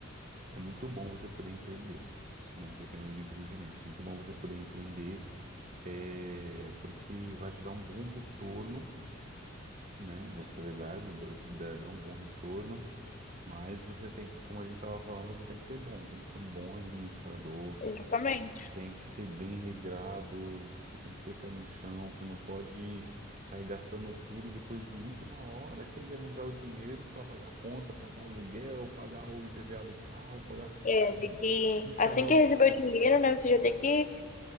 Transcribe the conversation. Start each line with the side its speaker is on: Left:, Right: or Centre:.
Right: é muito bom você poder empreender, né? Dependendo do empreendimento, é muito bom você poder empreender, é, porque vai te dar um bom retorno, né? Essa é a verdade, dá, dá dá um bom retorno, mas você tem, como a gente estava falando, você tem que ser bom, tem que ser um bom administrador,
Left: Exatamente.
Right: Tem que ser bem regrado, você tem que ter pé no chão, você não pode sair gastando tudo e depois de última hora querer arranjar o dinheiro para pagar conta, pagar aluguel, pagar o IPVA do carro, pagar.
Left: É, de que
Right: E acabou,
Left: assim que receber o dinheiro, né, você já tem que